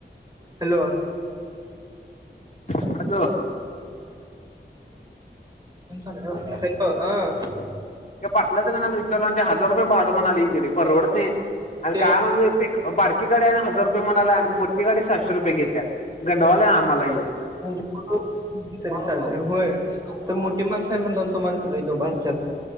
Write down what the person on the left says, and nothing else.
हॅलो
ते पाटलंच कला विचारलं आणि ते हजार रुपये भाडं म्हणा आली गेली पण रवडत नाही आणि
काय म बारकीकडे्या हजार रुपये म्हणाला मोती गाडी सातशे रुपये घेत्या गंडवाल्या आम्हाला येऊन